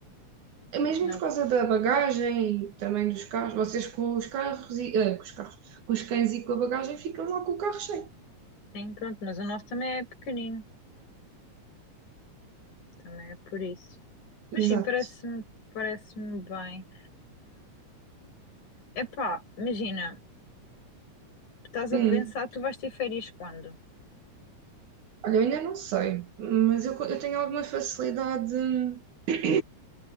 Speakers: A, on the right; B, on the left.
A: É Mesmo
B: Não,
A: por causa da bagagem e também dos carros. Vocês com os carros e. ah, com os carros. Com os cães e com a bagagem ficam lá com o carro cheio.
B: sim, pronto, mas o nosso também é pequenino. Também é por isso. Mas
A: Exato.
B: sim, parece-me parece-me bem. é epá, imagina, estás
A: Hum,
B: a pensar, tu vais ter férias quando?
A: Olha, eu ainda não sei, mas eu, co- eu tenho alguma facilidade <coughs> hum, <clears throat>